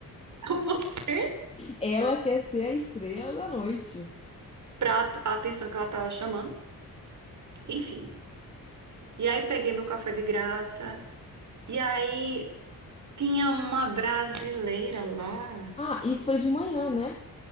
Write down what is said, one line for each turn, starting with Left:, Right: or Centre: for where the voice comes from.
Right: <laughs> Com você,
Left: Ela quer ser a estrela da noite.
Right: pra at- a atenção que ela tava chamando. Enfim. E aí peguei meu café de graça. E aí tinha uma brasileira lá.
Left: Ah, isso foi de manhã, né?